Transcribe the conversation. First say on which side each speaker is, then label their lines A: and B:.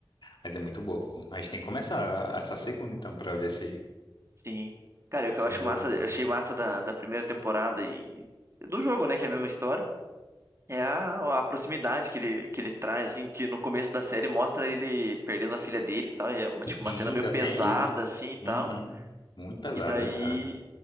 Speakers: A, on the left (about 65°); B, on the right (about 35°).
A: Mas é muito boa, pô. A gente tem que começar essa segunda, então, pra ver se,
B: sim. Cara, e o que
A: se
B: eu acho
A: melhora
B: massa,
A: ou não.
B: eu achei massa da, da primeira temporada e do jogo, né, que é a mesma história, É a, a proximidade que ele, que ele traz, assim, porque no começo da série mostra ele perdendo a filha dele e tal, e é uma, tipo, uma
A: E ainda
B: cena meio pesada,
A: tem isso.
B: assim, e tal.
A: Uhum. Muito pesada,
B: E daí
A: cara.